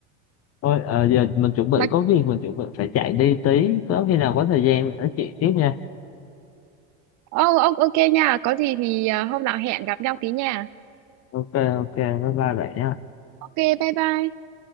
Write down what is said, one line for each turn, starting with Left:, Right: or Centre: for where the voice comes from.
Left: thôi ờ, giờ mình chuẩn bị
Right: mà
Left: có việc mình chuẩn bị phải chạy đi tí có khi nào có thời gian mình nói chuyện tiếp nha
Right: ô ô- ok nha có gì thì à, hôm nào hẹn gặp nhau tí nha
Left: ok ok bye bye bạn nha
Right: ok bye bye